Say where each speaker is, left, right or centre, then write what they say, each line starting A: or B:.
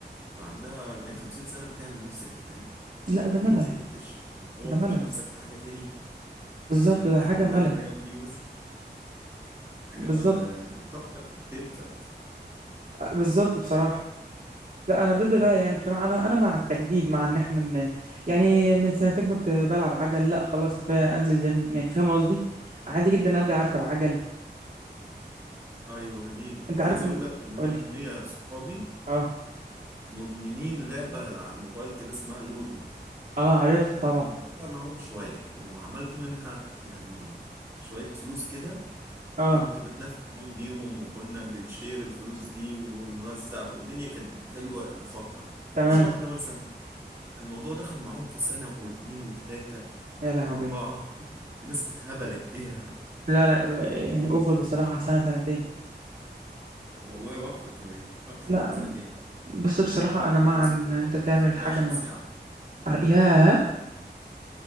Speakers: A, on the right; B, on the right.
A: يبقى عندها 40 50 سنة بتعمل نفس الحاجة
B: لا
A: طب
B: ده
A: انت
B: ملل
A: ما زهقتش أنت ما طورتش
B: ده ملل
A: نفسك في حاجة تاني
B: بالظبط
A: هي الحياة
B: ده حاجة
A: كلها
B: ملل
A: الرياضة دي بس حاجة
B: بالظبط
A: ما ل- طاقتك بتنفد
B: بالظبط بصراحة لا أنا ضد ده يعني بصراحة أنا أنا مع التجديد مع إن إحنا ن... يعني من سنتين كنت بلعب عجل لا خلاص كفاية أنزل جيم يعني فاهم قصدي عادي جدا أرجع أركب عجل
A: ايوه جميل
B: أنت
A: انا
B: عارف
A: عايز اقول
B: إن
A: لك ان انا
B: قولي
A: كان ليا صحابي
B: أه
A: مدمنين لعبه على الموبايل كده اسمها لودو
B: أه عارفها طبعا
A: انا لعبتها معاهم شويه وعملت منها يعني شويه فلوس كده وكنت
B: أه
A: بتنافس معاهم بيهم وكنا بنشير الفلوس دي ونوزع والدنيا كانت حلوه لفتره
B: تمام
A: لشهر مثلا الموضوع دخل معاهم في سنه واتنين وتلاته
B: يا لهوي
A: واربعه <laughs> في ناس اتهبلت بيها
B: لا لا ب- يعني أوفر بصراحة سنة سنتين
A: والله واكتر كمان اكتر
B: لا
A: من سنتين
B: بص بصراحة أنا مع
A: في ناس
B: إن
A: كنت بقى
B: أنت تعمل
A: 24
B: حاجة ما
A: ساعه
B: ياه